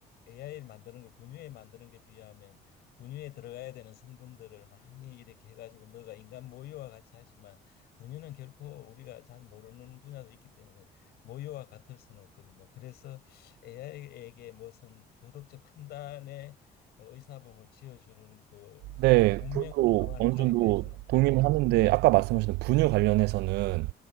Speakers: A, on the left; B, on the right.
A: AI를 만드는 걸 분유에 만드는 게 비하면 분유에 들어가야 되는 성분들을 많이 이렇게 해가지고 너가 인간 모유와 같이 하지만 분유는 결코 우리가 잘 모르는 분야도 있기 때문에 모유와 같을 수는 없거든요. 그래서 AI에게 무슨 도덕적 판단에 의사봉을 지어주는 그,
B: 네,
A: 그 운명을
B: 그것도
A: 정하는
B: 어느
A: 자리까지
B: 정도
A: 주는 건
B: 동의는
A: 반대로
B: 하는데 아까 말씀하신 분유 관련해서는